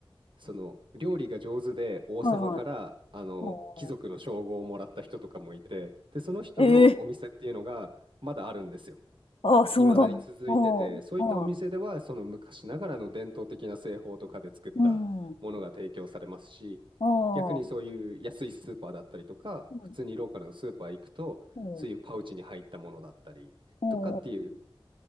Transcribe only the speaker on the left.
はいはい。うん。
ええああ、そうだ。
うん。
はい。うん。あ
あ。うん。
うん。
うん。